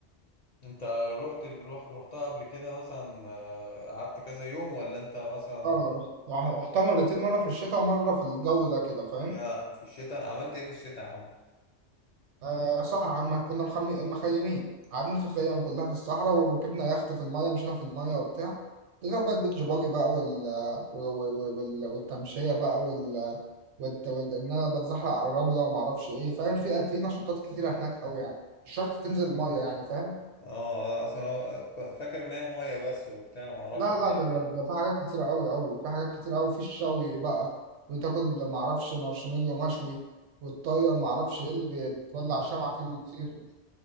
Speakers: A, on the left; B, on the right.
A: انت رحت رحت رحتها قبل كده مثلا آه، قعدت كذا يوم ولا انت مثلا
B: اه رحت رحتها مرتين مره في الشتاء ومره في الجو ده كده فاهم
A: يا في الشتاء عملت ايه في الشتاء يا عم
B: آه صح عم كنا مخم- مخيمين قاعدين في خيام كلها في الصحراء وركبنا يخت في الميه مشينا في الميه وبتاع غير بقى البيتش باجي بقى وال و- و- وال- والتمشيه بقى وال والت- وال- ان انا بتزحلق على الرمله وما اعرفش ايه فاهم في في نشاطات كتيره هناك قوي يعني مش شرط تنزل الميه يعني فاهم
A: اه اصلا هو- فاكر ان هي ميه بس وبتاع ما اعرفش
B: لا
A: ان
B: لا
A: هي
B: ده
A: فيها
B: ده, ده في حاجات كتيرة قوي قوي في حاجات كتيرة قوي في الشوي بقى وتاكل معرفش مارشميلو مشوي وتطير معرفش ايه اللي بي- بتولع شمعة فيه ويطير